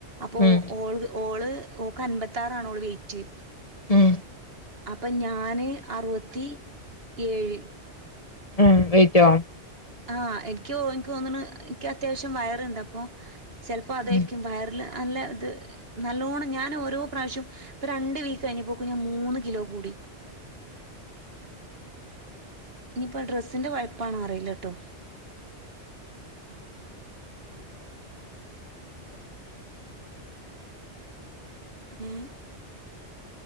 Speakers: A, on the right; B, on the left.
A: അപ്പൊഓളത്
B: ഉം
A: ഓള് ഓൾക്ക് അമ്പത്താറാണ് ഓൾവൈറ്റ്
B: ഉം
A: അപ്പ ഞാന് അറുവത്തിഏഴ്
B: ഉം വൈറ്റ് വൈറ്റോ
A: ആ എക് ഖുയോ എനിക്ക് തോന്നണു ക്ക്‌ അത്യാവശ്യം വയറണ്ടപ്പോ ചെലപ്പം അതായിരിക്കും
B: ഉം
A: വയറിലെ അല്ലതെ നല്ലോണം ഞാനോരോ പ്രാവശ്യവും ഇപ്പ രണ്ടു വീക്കു കഴിഞ്ഞപ്പം കുഞ്ഞു മൂന്നു കിലോ കൂടി ഇനീപ്പോ ഡ്രെസ്സിന്റെ കുഴപ്പാണോ അറിയില്ല കെട്ടോ മ്മ്